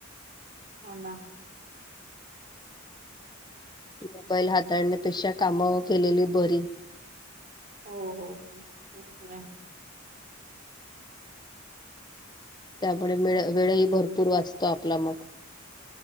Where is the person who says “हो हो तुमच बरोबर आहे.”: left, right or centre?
Right